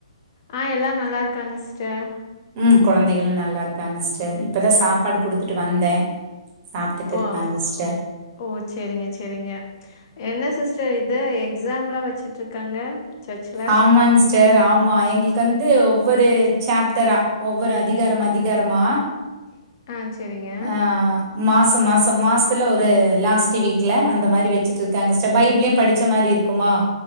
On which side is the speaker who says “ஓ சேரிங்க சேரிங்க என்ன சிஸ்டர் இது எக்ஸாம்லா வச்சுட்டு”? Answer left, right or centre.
Left